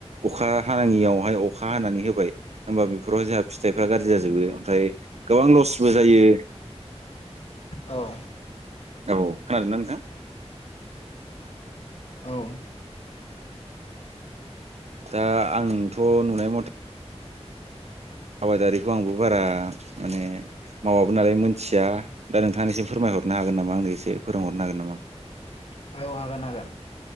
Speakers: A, on the right; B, on the left.
A: अखा हानायाङियावहाय अखा हानानै होबाय होमबा बेफोराव जाह फिथाइफ्रा गाज्रि जाजोबो ओमफ्राय गोबां लसबो जायो
B: औ
A: औ, खोनादोंना नोंथां?
B: औ
A: दा, आंथ' नुनाय मथे आबादारिखौ आंबो बारा माने मावाबो नालाय मोनथिया, दा नोंथांनिसिम फोरमाय हरनो हागोन नामा, आंनो एसे फोरोंहरनो हागोन नामा?
B: <inaudible> औ हागोन-हागोन